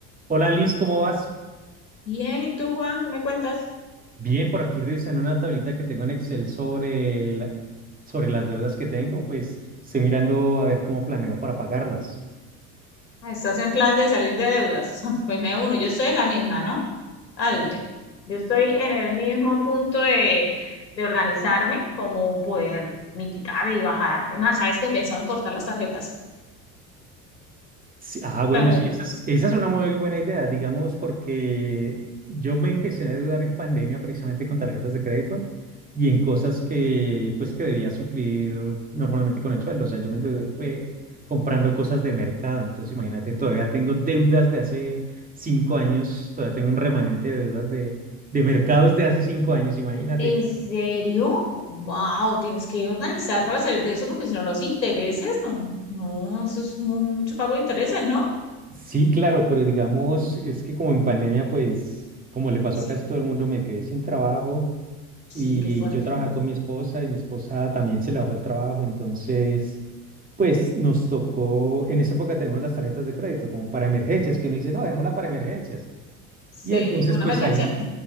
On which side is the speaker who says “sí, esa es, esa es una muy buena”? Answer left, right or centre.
Right